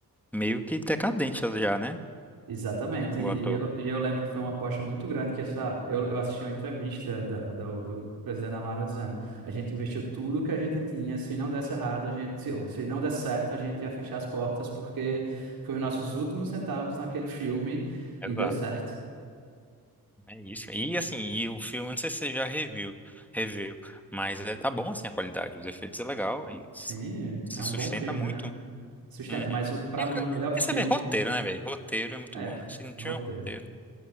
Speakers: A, in the centre; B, on the right (about 70°).
A: meio que decadente já, né?
B: Exatamente.
A: O
B: E,
A: ator.
B: e eu, e eu lembro que foi uma aposta muito grande que essa, eu, eu assisti uma entrevista da- do, do presidente da Marvel dizendo, a gente investiu tudo que a gente tinha, se não desse errado, a gente, se, ou se não desse certo, a gente ia fechar as portas porque foi os nossos últimos centavos naquele filme e
A: Exato.
B: deu certo.
A: É isso. E assim, e o filme, não sei se você já reviu, reviu, mas é, tá bom assim a qualidade. Os efeitos é legal, ainda
B: Sim,
A: se se
B: é um
A: sustenta
B: bom filme,
A: muito.
B: né? Sustenta,
A: Uhum.
B: mas para
A: E,
B: mim
A: co-
B: o melhor filme
A: e você vê, roteiro, né, velho? Roteiro é muito
B: é
A: bom, né? Se não tiver
B: roteiro.
A: um roteiro,